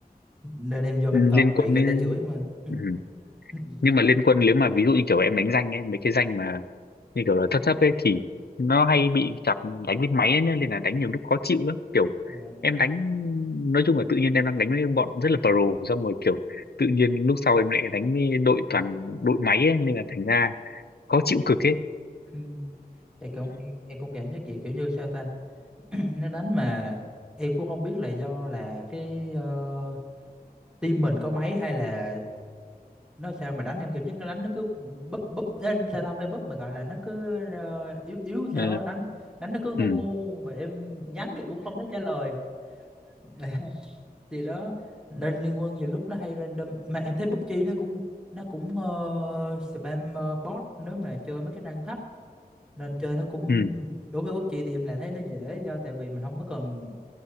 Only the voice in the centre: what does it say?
nên em vô
em toàn
bị người
ta chửi mà
<laughs>
anh
ơi
dạ.
Ừ. em cũng em, em cũng cảm giác vậy kiểu như sao ta <clears throat> nó đánh mà em cũng không biết là do là cái ờ, team mình có máy hay là nó sao mà đánh em cảm giác nó đánh nó cứ búp búp lên sao tao phải búp mà gọi là nó cứ ờ, yếu yếu
sao á, đánh đánh nó cứ ngu
ngu mà em nhắn thì cũng không thấy trả lời <laughs> thì đó nên liên quân nhiều lúc nó hay random mà em thấy PUBG nó cũng nó cũng ờ, spam ờ, bot nếu mà chơi mấy cái rank thấp nên chơi nó cũng
đối với PUBG thì em lại thấy nó dễ do tại vì mình không có cần